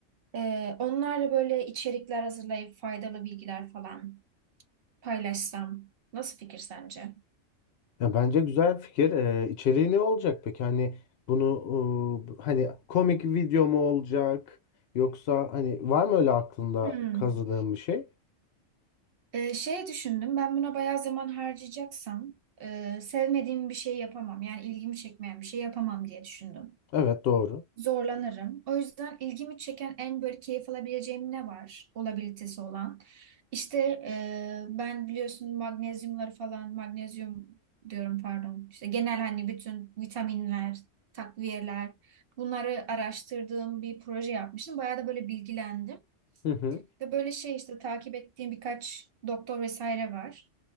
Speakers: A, on the right; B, on the left.
A: Ee, onlarla böyle içerikler hazırlayıp faydalı bilgiler falan paylaşsam. Nasıl fikir sence?
B: Ya bence güzel fikir. Ee, içeriği ne olacak peki? Hani bunu ıı, hani komik video mu olacak? Yoksa hani var mı öyle aklında
A: Hmm.
B: kazıdığın bir şey?
A: Ee, şey düşündüm ben buna bayağı zaman harcayacaksam e, sevmediğim bir şey yapamam. Yani ilgimi çekmeyen bir şey yapamam diye düşündüm.
B: Evet doğru.
A: zorlanırım. O yüzden ilgimi çeken en böyle keyif alabileceğim ne var? Olabilitesi olan. İşte e, ben biliyorsun magnezyumları falan, magnezyum diyorum pardon. İşte genel hani bütün vitaminler, takviyeler bunları araştırdığım bir proje yapmıştım. Bayağı da böyle bilgilendim
B: Hı hı.
A: de böyle şey işte takip ettiğim birkaç doktor vesaire var.